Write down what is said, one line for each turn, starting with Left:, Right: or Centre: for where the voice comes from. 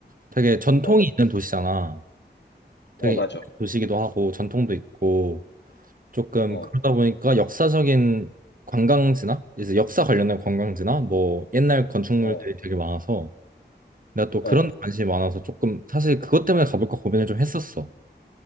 Right: 되게 전통이
Left: 어,
Right: 있는 도시잖아. 되게
Left: 어, 맞아.
Right: 도시기도 하고 전통도 있고 조금
Left: 어,
Right: 그러다 보니까 역사적인 관광지나 이제 역사 관련된 관광지나 뭐 옛날 건축물들이
Left: 어,
Right: 되게 많아서 내가 또
Left: 어,
Right: 그런 데 관심이 많아서 조금 사실 그것 때문에 가볼까 고민을 좀 했었어.